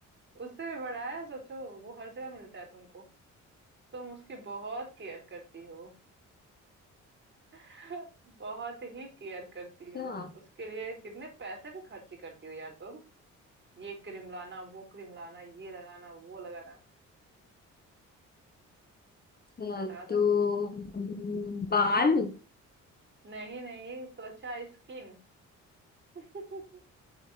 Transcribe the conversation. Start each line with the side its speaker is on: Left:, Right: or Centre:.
Right: उससे भी बड़ा है सोचो वो हर जगह मिलता है तुमको तुम उसकी बहुत केयर करती हो <laughs> बहुत ही केयर करती हो
Left: अच्छा
Right: उसके लिए कितने पैसे भी खर्ची करती हो यार तुम ये क्रीम लाना वो क्रीम लाना ये लगाना वो लगाना
Left: अच्छा
Right: बता
Left: तो
Right: दो
Left: हम्म,
Right: हम्म
Left: बाल
Right: नहीं नहीं त्वचा स्किन <laughs>